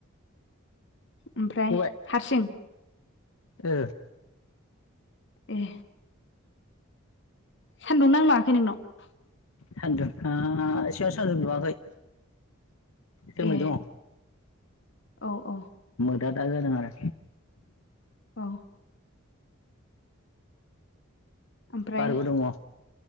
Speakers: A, on the left; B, on the left.
A: ओमफ्राय
B: गबाय
A: हारसिं?
B: ओ।
A: ए। सानदुं नांलाङाखै नोंनाव?
B: सान्दुङा एसेबां सान्दुं दुङाखै। जोमै
A: ए
B: दङ
A: औ औ।
B: दा दा जादों आरो
A: अ। ओमफ्राय
B: बारबो दङ'।